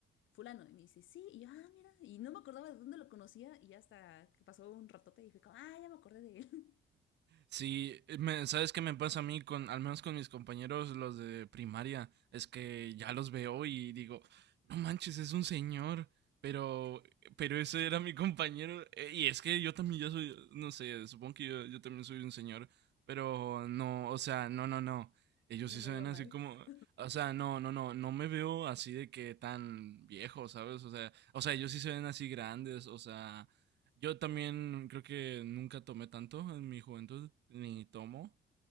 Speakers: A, on the left (about 75°); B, on the right (about 60°).
A: fulano. Y me dice, sí. Y yo, ah, mira. Y no me acordaba de dónde lo conocía y hasta que pasó un ratote y fui como, ah, ya me acordé de él. <laughs>
B: Sí, eh, me- ¿sabes qué me pasa a mí con, al menos con mis compañeros, los de primaria? Es que ya los veo y digo, no manches, es un señor, pero, pero ese era mi compañero. eh, Y es que yo también ya soy, no sé, supongo que yo, yo también soy un señor, pero no, o sea, no, no, no. Ellos
A: No
B: sí
A: me
B: se
A: veo
B: ven
A: mal.
B: así como,
A: <laughs>
B: o sea, no, no, no, no me veo así de que tan viejo, ¿sabes? O sea, o sea, ellos sí se ven así grandes, o sea. Yo también creo que nunca tomé tanto en mi juventud, ni tomo,